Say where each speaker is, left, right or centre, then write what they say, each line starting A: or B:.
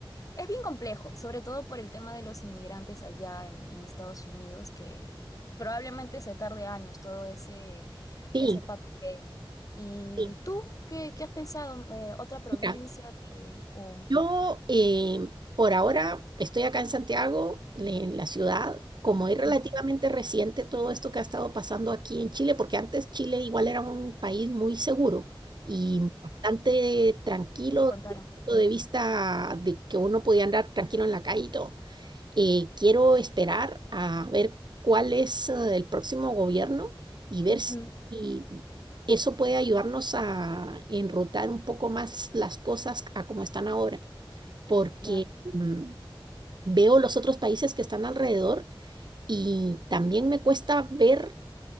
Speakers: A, on the left; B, on the right.
A: Es bien complejo, sobre todo por el tema de los inmigrantes allá en, en Estados Unidos, que probablemente se tarde años todo ese,
B: sí,
A: ese papeleo. ¿Y
B: sí.
A: tú qué, qué has pensado? Eh, ¿otra provincia?
B: Mira,
A: de- o...
B: Yo eh, por ahora estoy acá en Santiago, le- en la ciudad, como es relativamente
A: Ujú,
B: reciente todo esto que ha estado pasando aquí en Chile, porque antes Chile igual era un país muy seguro y bastante tranquilo
A: Sí, me contaron.
B: desde el punto de vista de que uno podía andar tranquilo en la calle y todo. Eh, quiero esperar a ver cuál es eh, el próximo gobierno y ver
A: Ujú,
B: si eso puede ayudarnos a enrutar un poco más las cosas a como están ahora porque
A: claro.
B: mm, veo los otros países que están alrededor y también me cuesta ver